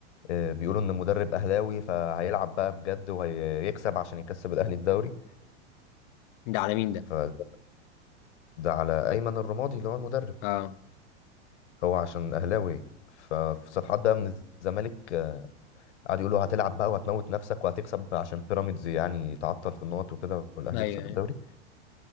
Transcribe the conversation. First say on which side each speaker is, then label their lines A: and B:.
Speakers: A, on the left; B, on the left.
A: آه، بيقولوا ان المدرب اهلاوي فهيلعب بقى بجد وهيكسب عشان يكسب الاهلي الدوري
B: ده على مين ده
A: فده على ايمن الرمادي اللي هو المدرب
B: اه
A: هو عشان اهلاوي ففي صفحات بقى من الزمالك آه، قعدوا يقولوا هتلعب بقى وهتموت نفسك وهتكسب عشان بيراميدز يعني تعطل في النقط وكده والاهلي
B: ايوه
A: يكسب الدوري
B: أيوة.